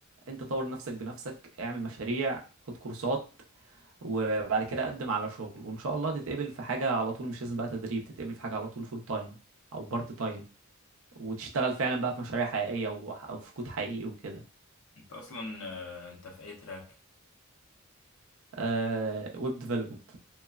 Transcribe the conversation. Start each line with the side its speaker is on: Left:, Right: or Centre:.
Right: انت طور نفسك بنفسك اعمل مشاريع خد كورسات وبعد كده قدم على شغل وان شاء الله تتقبل في حاجة على طول مش لازم بقى تدريب تتقبل في حاجة على طول فول تايم او بارت تايم وتشتغل فعلا بقى في مشاريع حقيقية وح- او في كود حقيقي وكده
Left: انت اصلا آه، انت في اي تراك
Right: آه ويب ديفلوبمنت